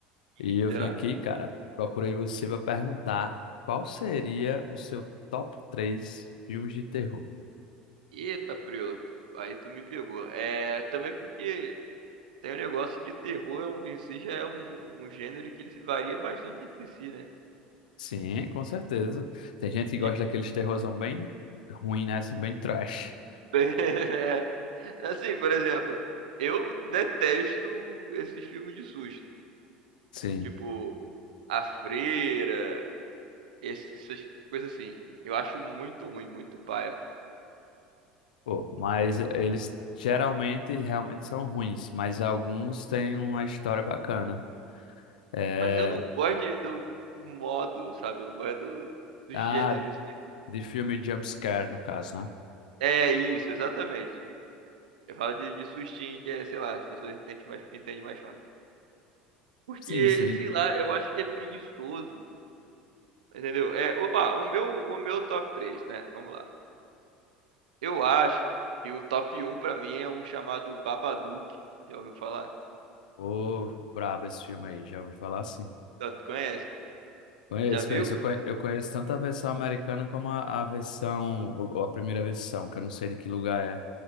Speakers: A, on the right; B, on the left.
A: Ih,
B: E eu
A: será?
B: vim aqui, cara, procurei você pra perguntar qual seria o seu top 3 filmes de terror.
A: Eita, Prila, aí tu me pegou. É, também porque tem um negócio que terror é um- em si já é um, um gênero que ele se varia bastante entre si, né?
B: Sim, com certeza. Tem gente que gosta
A: E,
B: daqueles terrorzão bem ruim, né? Assim, bem trash.
A: <laughs> Assim, por exemplo, eu detesto esses filmes de susto.
B: Sim.
A: Tipo, A Freira, esses- essas coisas assim. Eu acho muito ruim, muito paia.
B: Pô, mas eles geralmente realmente são ruins, mas alguns têm uma história bacana. É,
A: Mas eu não gosto de- do, do modo, sabe? Eu não gosto do, do
B: ah,
A: gênero. em si.
B: de filme Jumpscare, no caso, né?
A: É isso, exatamente. Eu falo de, de sustinho, que é, sei lá, as pessoas entendem mais, entendem mais fácil. Porque,
B: Sim, sim.
A: sei lá, eu acho que é preguiçoso. Entendeu? É, o- ó, o meu, o meu top três né? Vamos lá. Eu acho que o top um pra mim é um chamado Babadook. Já ouviu falar?
B: Ô, brabo esse filme aí, já ouvi falar assim.
A: Já tu conhece?
B: Conheço,
A: Já viu?
B: conheço. Eu conhe- eu conheço tanto a versão americana como a, a versão, ou ou a primeira versão, que eu não sei de que lugar é